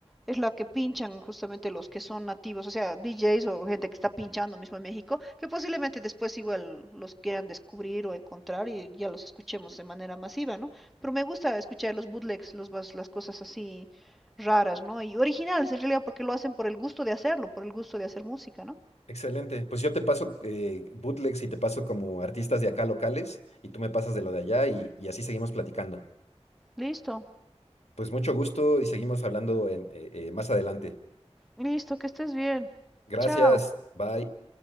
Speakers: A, in the centre; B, on the left.
A: es la que pinchan justamente los que son nativos, o sea, DJs o gente que está pinchando mismo en México, que posiblemente después igual los quieran descubrir o encontrar y ya los escuchemos de manera masiva, ¿no? Pero me gusta escuchar los bootlegs, los, vas- las cosas así raras, ¿no? Y originales en realidad porque lo hacen por el gusto de hacerlo, por el gusto de hacer música, ¿no?
B: Excelente. Pues yo te paso eh, bootlegs y te paso como artistas de acá locales y tú me pasas de lo de allá y, y así seguimos platicando.
A: Listo.
B: Pues mucho gusto y seguimos hablando en- eh, eh, más adelante.
A: Listo, que estés bien.
B: Gracias.
A: Chao.
B: Bye.